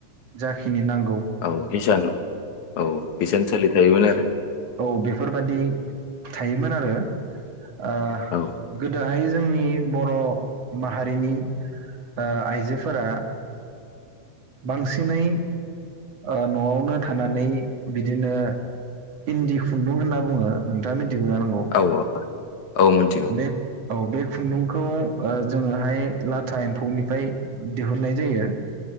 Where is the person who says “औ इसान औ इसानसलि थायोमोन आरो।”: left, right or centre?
Left